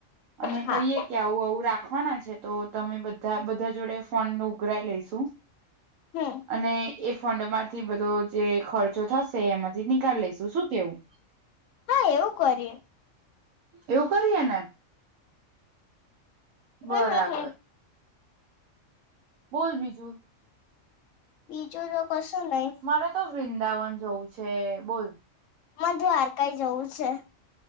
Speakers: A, on the right; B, on the left.
A: અને
B: હા
A: કહીએ કે આવું આવું રાખ વાના છે તો તમે બધા બધા જોડે ફોન ઉઘરાઈ લઈશુ
B: હમ
A: અને એ ફંડ માંથી બધો જે ખર્ચો થશે એમાં થી નનીકાલ લઈશુ શું કેવું
B: હા એવું કરીએ
A: એવું કરીએને બરાબર
B: હમ હમ હમ
A: બોલ બીજું
B: બીજો કસ નહી
A: મારે તો વૃંદાવન જોવું છે બોલ
B: મ દ્વારકાઈ જવું છે.